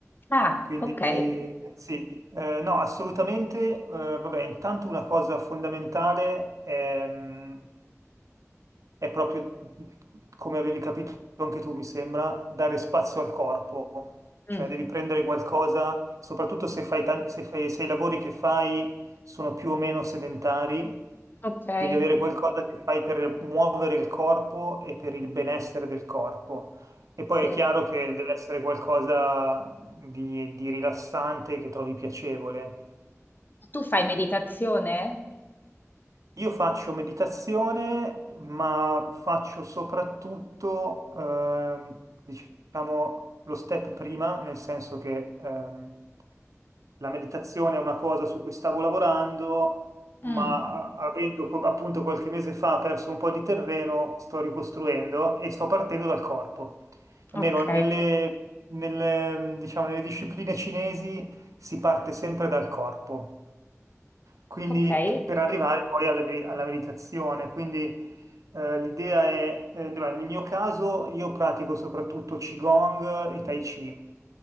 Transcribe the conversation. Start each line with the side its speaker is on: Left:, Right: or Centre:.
Left: Ah,
Right: Quindi
Left: ok,
Right: eh, sì, Eh, no, assolutamente. eh, vabbè, intanto una cosa fondamentale ehm, è, proprio, come avevi capito anche tu, mi sembra, dare spazio al corpo. Cioè
Left: Mm,
Right: devi prendere qualcosa, soprattutto se fai, tan- se fai- se i lavori che fai sono più o meno sedentari,
Left: ok,
Right: devi avere qualcosa che fai per muovere il corpo e per il benessere del corpo. E poi
Left: sì.
Right: è chiaro che deve essere qualcosa di, di rilassante che trovi piacevole.
Left: Tu fai meditazione?
Right: Io faccio meditazione, ma faccio soprattutto, ehm, diciamo, lo step prima, nel senso che ehm, La meditazione è una cosa su cui stavo lavorando, ma
Left: Mm,
Right: avendo co- appunto qualche mese fa perso un po' di terreno, sto ricostruendo e sto partendo dal corpo. Almeno
Left: ok,
Right: nelle, nelle, diciamo, nelle discipline cinesi si parte sempre dal corpo, quindi
Left: ok,
Right: che- per arrivare poi alle me- alla meditazione. Quindi eh, l'idea è, eh, beh, nel mio caso io pratico soprattutto Qigong e Tai Chi